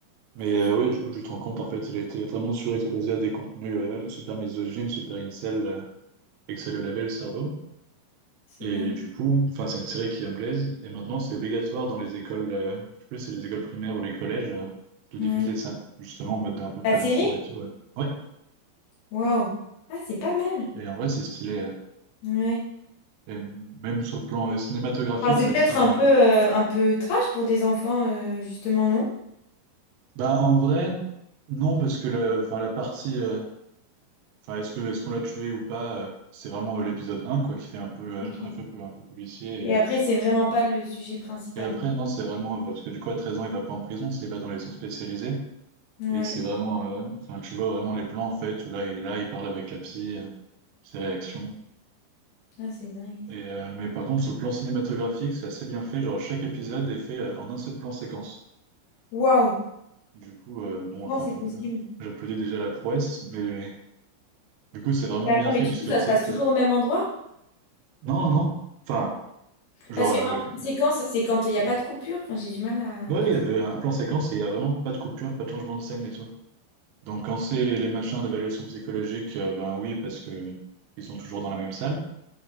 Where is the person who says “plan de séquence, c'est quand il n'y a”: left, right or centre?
Left